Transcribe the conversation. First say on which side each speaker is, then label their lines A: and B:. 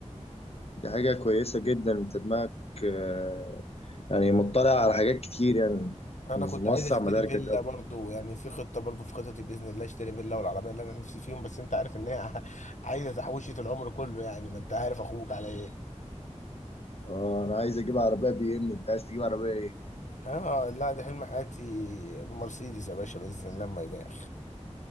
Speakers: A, on the left; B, on the left.
A: دي حاجة كويسة جدا انت دماغك آه، يعني مطلع على حاجات كتير يعني
B: انا
A: موسع
B: كنت عايز اشتري
A: مداركك
B: فيلا
A: اكتر
B: برضو يعني في خطه برضو في خططي باذن الله اشتري فيلا والعربيه اللي انا نفسي فيهم بس انت عارف ان هي <laughs> ع- عايزه تحويشه العمر كله يعني ما انت عارف اخوك على ايه
A: اه انا عايز اجيب عربية بي ام انت عايز تجيب عربية ايه
B: اه لا ده حلم حياتي مرسيدس يا باشا باذن الله ما يبالغ